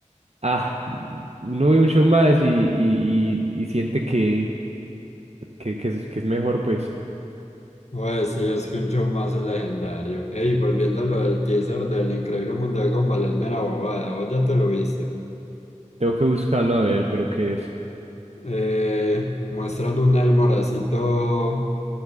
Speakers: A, on the right; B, on the left.
A: ah, uno ve un show más y, y, y, y siente que, que, que es, que es mejor, pues.
B: Pues sí, es que un show más legendario. Ey, volviendo a lo del teaser del Increíble Mundo de Gumball, es mera bobada. ¿Vos ya te lo viste?
A: Tengo que buscarlo a ver, pero qué es.
B: Eh, muestran un Elmoracito